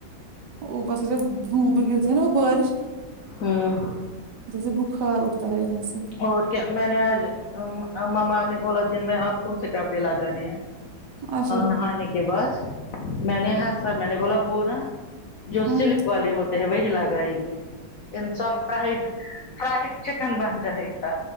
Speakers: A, on the right (about 65°); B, on the left (about 65°).
A: ا پس سے دھوپ گرتی ہیں نا وہ بارش
B: ہوں
A: جیسے بخار اٹتا ہے ان سے
B: اور کیا میں نے آج ماما نے بولا دن میں آپ کون سے کپڑے لگانے ہیں
A: اچھا
B: نہانے کے بعد میں نے ہسا میں نے بولا وہ نا جو
A: ہاں
B: سلک والے ہوتے ہیں وہی لگائیں گے انسان پرائٹ فرائیڈ چکن بن جائے گا